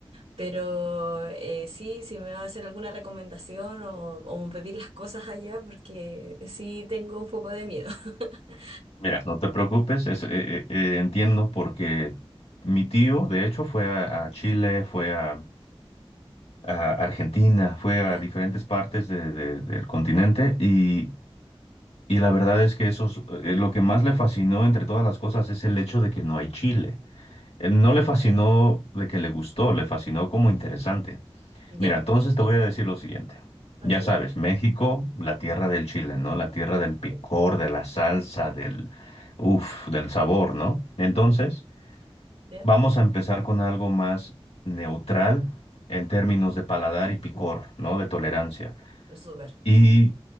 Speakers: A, on the right; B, on the left.
A: Pero eh, sí, si me va a hacer alguna recomendación o, o pedir las cosas allá porque sí tengo un poco de miedo. <laughs>
B: Mira, no te preocupes, es- eh, eh, eh, entiendo porque mi tío, de hecho, fue a, a Chile, fue a, a Argentina, fue
A: ¿Ya?
B: a diferentes partes de- de- del continente y, y la verdad es que eso es, eh, lo que más le fascinó entre todas las cosas es el hecho de que no hay chile. Eh, No le fascinó de que le gustó, le fascinó como interesante.
A: Ya.
B: Mira, entonces te voy a decir lo siguiente.
A: Ok.
B: Ya sabes, México, la tierra del chile, ¿no? La tierra del picor,
A: Sí.
B: de la salsa, del, uf, del sabor, ¿no? Entonces,
A: ¿Ya?
B: vamos a empezar con algo más neutral en términos de paladar y picor, ¿no?
A: Perfecto,
B: De tolerancia.
A: súper,
B: Y